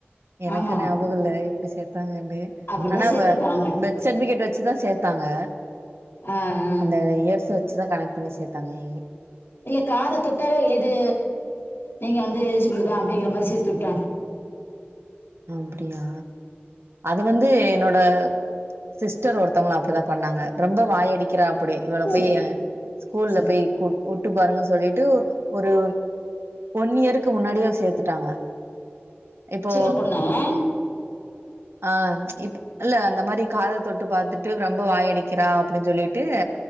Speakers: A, on the right (about 75°); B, on the left (about 65°).
A: எனக்கு
B: ஆமா
A: ஞாபகல்ல எப்டி சேத்தாங்கன்னு
B: அப்டிதா
A: ஆனா
B: சேத்துருப்பாங்க
A: வ அ பெர்த் சட்விகேட் வச்சிதா சேத்தாங்க
B: ஆ ஆ
A: அந்த இயர்ஸ வச்சிதா கணக் பண்ணி சேத்தாங்கே
B: இல்ல காத தொட்டாவே இது நீங்க வந்து எலிஜிபுளு தா அப்டிங்கிற மாரி சேர்த்து விட்டாங்
A: அப்டியா அது வந்து என்னோட சிஸ்டர் ஒருத்தொவங்கள அப்டிதா பண்ணாங்க ரொம்ப வாயடிக்கிறா அப்பிடி இவள போயி
B: சே
A: ஸ்கூல்ல
B: சே
A: போய் கூட் ஒட்டு பாருங்க சொல்லிட்டு ஒரு ஒன் இயருக்கு முன்னாடியோ சேத்துட்டாங்க இப்போ
B: சின்ன பொண்ணு
A: ஆ இப் அல்ல அந்த மாரி காத தொட்டு பாத்துட்டு ரொம்ப வாயடிக்கிறா அப்டின் சொல்லிட்டு